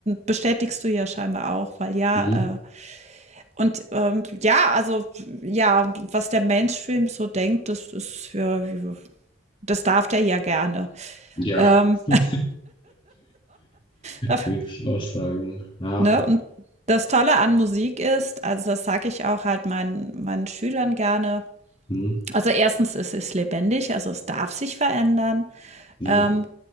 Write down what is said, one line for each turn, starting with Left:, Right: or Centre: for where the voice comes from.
Right: bestätigst du ja scheinbar auch, weil ja,
Left: mhm.
Right: äh, und ähm, ja, also ja, was der Mainstream so denkt, das ist ja, ja, das darf der ja gerne.
Left: ja.
Right: Ähm,
Left: <laughs>
Right: darf,
Left: Würde ich auch sagen. Ja.
Right: ne? Und das Tolle an Musik ist, also das sage ich auch halt meinen, meinen Schülern gerne.
Left: Mhm.
Right: Also erstens ist es lebendig, also es darf sich verändern.
Left: Ja.
Right: Ähm,